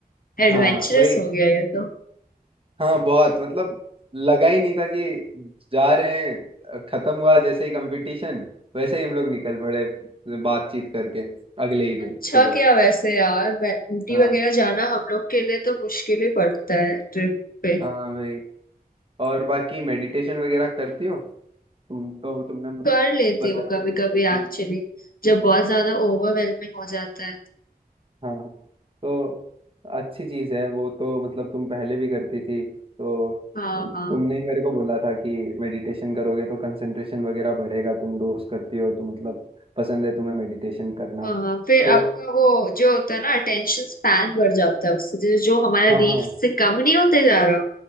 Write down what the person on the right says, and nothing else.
हाँ वही
हाँ बहुत मतलब लगा ही नहीं था कि जा रहे हैं खत्म हुआ जैसे ही कंपटीशन वैसे ही हम लोग निकल पड़े बातचीत करके अगले ही दिन
सुबह
हाँ
हाँ भाई और बाकी मेडिटेशन वगैरह करती हो तुम तो तुमने
बता
दो करती
थी
हाँ हाँ। तो अच्छी चीज है वो तो मतलब तुम पहले भी करती थी तो
तुमने
ही मेरे को बोला था कि मेडिटेशन करोगे तो कंसंट्रेशन वगैरह बढ़ेगा तुम रोज करती हो तो मतलब पसंद है तुम्हें मेडिटेशन करना
तो
हाँ
हाँ